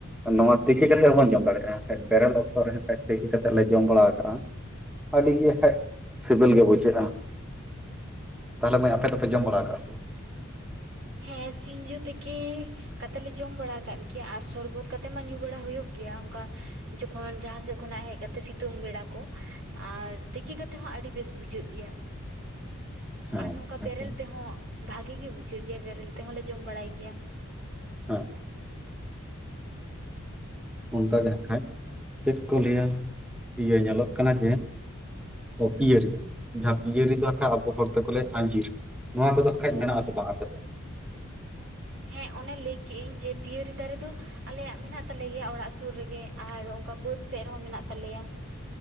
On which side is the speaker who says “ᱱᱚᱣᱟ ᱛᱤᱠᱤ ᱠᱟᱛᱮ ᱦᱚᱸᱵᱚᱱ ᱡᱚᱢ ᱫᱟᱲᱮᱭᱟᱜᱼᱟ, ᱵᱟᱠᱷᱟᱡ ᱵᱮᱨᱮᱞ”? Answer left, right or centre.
Centre